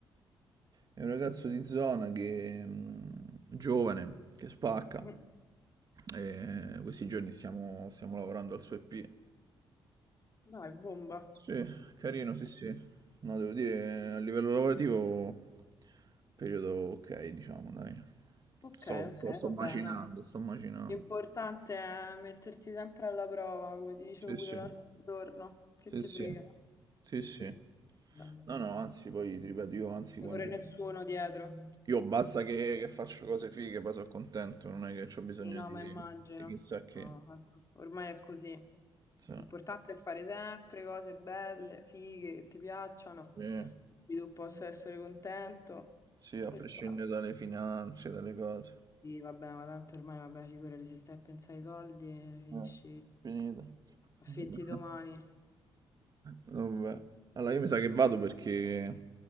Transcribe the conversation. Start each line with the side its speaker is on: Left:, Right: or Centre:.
Right: è un ragazzo di zona che, mm, giovane, che spacca.
Left: <laughs>
Right: E questi giorni stiamo, stiamo lavorando al suo EP.
Left: Dai, bomba.
Right: Sì, carino, sì, sì. No, devo dire, che a livello lavorativo, periodo ok, diciamo, dai.
Left: Ok,
Right: Sto, sto,
Left: ok,
Right: sto
Left: vabbè,
Right: macinando,
Left: no.
Right: sto macinando.
Left: L'importante è mettersi sempre alla prova, come ti dicevo
Right: Sì,
Left: pure
Right: sì,
Left: l'altro giorno. Che
Right: sì,
Left: te
Right: sì,
Left: frega?
Right: sì,
Left: Che
Right: sì.
Left: te... Cioè, non
Right: No, no, anzi, poi ti ripeto, io anzi,
Left: ti
Right: quando...
Left: corre nessuno dietro.
Right: Io basta che, che faccio cose fighe, poi sono contento, non è che ho bisogno
Left: Sì, no,
Right: di,
Left: ma immagino.
Right: di chissà che.
Left: No, ma ormai è così.
Right: Sì,
Left: L'importante è fare sempre cose belle, fighe, che ti piacciono,
Right: sì,
Left: di cui tu possa essere contento.
Right: sì, a
Left: Questo
Right: prescindere
Left: è.
Right: dalle finanze, dalle cose.
Left: Sì, vabbè, ma tanto ormai, vabbè, figurati, se stai a pensare ai soldi, eh, finisci
Right: Eh, finito.
Left: affetti
Right: <laughs>
Left: domani.
Right: Vabbè. Allora io mi sa che vado perché